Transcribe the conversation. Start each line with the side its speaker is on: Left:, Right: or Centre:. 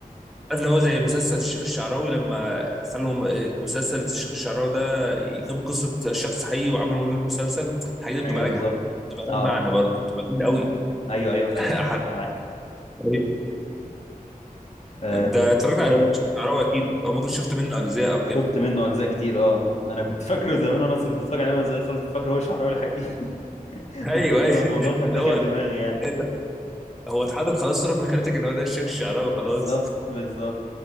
Centre: عارف اللي هو زي مسلسل الشيخ الشعراوي لما خلوا م- مسلسل الشيخ الشعراوي ده يجيبوا قصه شخص حقيقي وعملوا له مسلسل الحاجات دي بتبقى
Left: ايوه
Centre: ناجحه
Left: بالظبط
Centre: بتبقى لها
Left: اه
Centre: معنى برضه بتبقى جميله قوي
Left: ايوه ايوه فعلا
Centre: <laughs> انا
Left: أنا معاك
Centre: حرفياً.
Left: آه،
Centre: انت اتفرجت
Left: ده
Centre: على
Left: غير
Centre: الشيخ الشعراوي اكيد او ممكن شفت منه اجزاء او كده
Left: شفت منه اجزاء كتير اه انا كنت فاكره زمان وانا صغير- كنت اتفرج عليه وانا صغير خالص كنت فاكره هو الشعراوي الحقيقي <laughs>
Centre: ايوه
Left: من كتر
Centre: ايوه
Left: ما الموضوع
Centre: <laughs>
Left: كان
Centre: اللي
Left: داخل
Centre: هو
Left: دماغي يعني
Centre: إيه ده؟ هو اتحطت خلاص صوره في مخيلتك ان هو ده الشيخ الشعراوي
Left: بالظبط
Centre: خلاص
Left: بالظبط